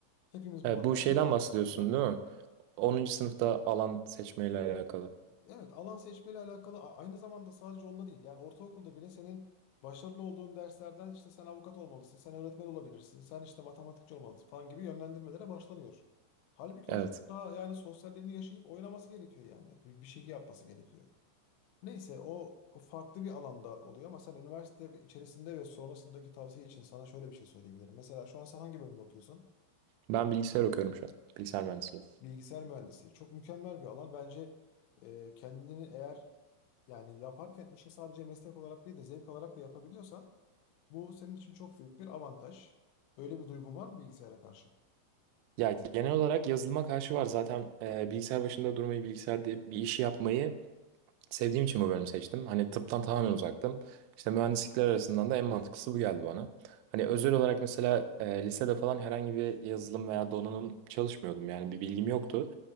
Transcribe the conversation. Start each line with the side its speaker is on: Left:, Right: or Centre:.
Left: Hepimiz
Right: E,
Left: bu hatayı
Right: bu şeyden
Left: ya-
Right: bahsediyorsun
Left: yaptık.
Right: değil mi? Onuncu sınıfta alan seçmeyle alakalı.
Left: Evet, alan seçmeyle alakalı a- aynı zamanda sadece onunla değil. Yani ortaokulda bile senin başarılı olduğun derslerden işte sen avukat olmalısın, sen öğretmen olabilirsin, sen işte matematikçi olmalısın falan gibi yönlendirmelere başlanıyor. Halbuki
Right: Evet.
Left: o çocuk daha yani sosyalliğini yaşayıp oynaması gerekiyor yani. Bir, bir şey yapması gerekiyor. Neyse o o farklı bir alanda oluyor ama sen üniversite içerisinde ve sonrasındaki tavsiye için sana şöyle bir şey söyleyebilirim. Mesela şu an sen hangi bölümde okuyorsun?
Right: Ben bilgisayar okuyorum şu an. Bilgisayar mühendisliği.
Left: Bilgisayar Mühendisliği Çok mükemmel bir alan. Bence e, kendini eğer yani yaparken işi sadece meslek olarak değil de zevk alarak da yapabiliyorsan bu senin için çok büyük bir avantaj. Öyle bir duygun var mı bilgisayara karşı?
Right: Ya genel olarak yazılıma karşı var. Zaten e, bilgisayar başında durmayı, bilgisayarda bir işi yapmayı sevdiğim için bu bölümü seçtim. Hani tıptan tamamen uzaktım. İşte mühendislikler arasından da en mantıklısı bu geldi bana. Hani özel olarak mesela e, lisede falan herhangi bir yazılım veya donanım çalışmıyordum. Yani bir bilgim yoktu.